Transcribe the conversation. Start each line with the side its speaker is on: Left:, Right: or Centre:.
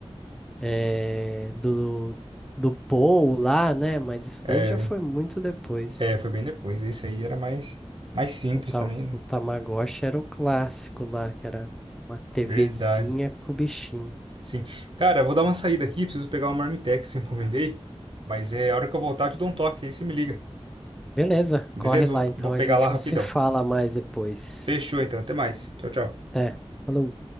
Centre: eh, do, do Paul lá, né? Mas isso daí
Right: É,
Centre: já foi muito depois.
Right: é, foi bem depois. Esse aí era mais, mais simples
Centre: O, ta,
Right: também, né?
Centre: o Tamagotchi era o clássico lá, que era uma TVzinha
Right: Verdade.
Centre: com o bichinho.
Right: Sim. Cara, eu vou dar uma saída aqui. Preciso pegar uma Marmitex que eu encomendei. Mas é a hora que eu voltar, eu te dou um toque. Aí você me liga.
Centre: Beleza,
Right: Beleza?
Centre: corre lá
Right: Vou,
Centre: então,
Right: vou
Centre: a
Right: pegar
Centre: gente
Right: lá rapidão.
Centre: se fala mais depois.
Right: Fechou então, até mais. Tchau, tchau.
Centre: Até. Falou.